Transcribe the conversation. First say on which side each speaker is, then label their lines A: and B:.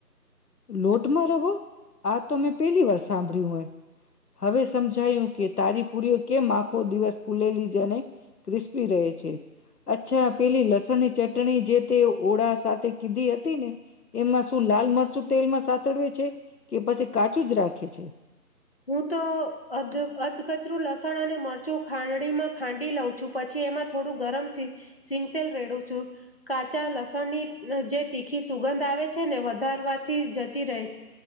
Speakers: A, on the left (about 65°); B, on the left (about 35°).
A: લોટમાં રવો આ તો મેં પેલી વાર સાંભળ્યું મે. હવે સમજાયું કે તારી પુરીઓ કેમ આખો દિવસ ફૂલેલી અને ક્રિસ્પી રહે છે. અચ્છા પેલી લસણ ની ચટ ચટણી જે તે ઓળા સાથે કીધી હતી ને એમાં શું લાલ મરચું તેલમાં સાતડવે છે. કે પછી કાચું જ રાખે છે
B: હું તો અ અધકચરું લસ લસણ અને મરચું ખાંડડીમાં ખાંડી લઉં છું પછી એમાં થોડું ગરમ સી સિંગતેલ રેડું છું કાચા લસણની જે તીખી સુગંધ આવે છે ને વધારવાથી જતી રહે